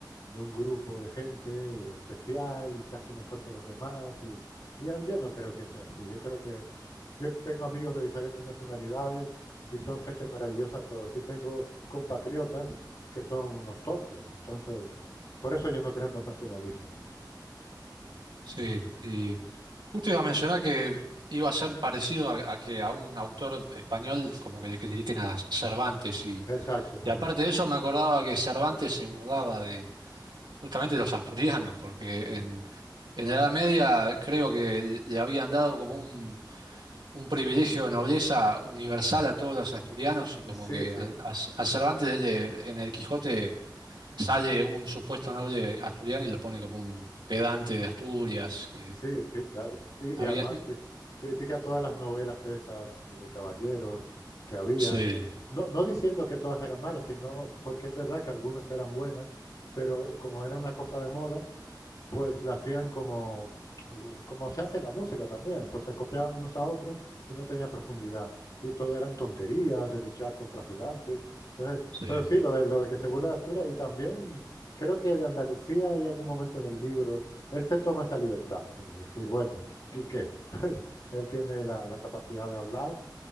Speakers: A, on the left; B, on the right.
A: de un grupo de gente y especial y casi mejor que los demás. Y, y a- yo no creo que sea así. Yo creo que yo tengo amigos de diferentes nacionalidades y son gente maravillosa todos. Y tengo compatriotas que son unos tontos. Entonces, por eso yo no creo en los nacionalismos.
B: sí. Y justo iba a mencionar que iba a ser parecido a, a que a un autor español como que le critiquen a Cervantes y,
A: Exacto. <laughs>
B: y aparte de eso me acordaba que Cervantes se burlaba justamente los asturianos, porque en, en la Edad Media creo que le habían dado como un, un privilegio de nobleza universal a todos los asturianos y como
A: Sí,
B: que
A: sí.
B: a, a- a Cervantes le- en el Quijote sale un supuesto noble asturiano y lo pone como un pedante de Asturias, que
A: Sí, sí, claro. Y,
B: había...
A: y además que critica todas las novelas esas eh, de caballeros que habían.
B: Sí,
A: No, no diciendo que todas eran malas, sino porque es verdad que algunas eran buenas, pero como era una cosa de moda, pues la hacían como, eh, como se hace en la música también, pues se copiaban unos a otros y no tenía profundidad. Y todo eran tonterías de luchar contra gigantes. Entonces,
B: sí,
A: pero sí, lo de, lo de que se burla de Asturias y también creo que de Andalucía hay algún momento en el libro, él se toma esa libertad de decir, bueno, ¿y qué? <laughs> él tiene la, la capacidad de hablar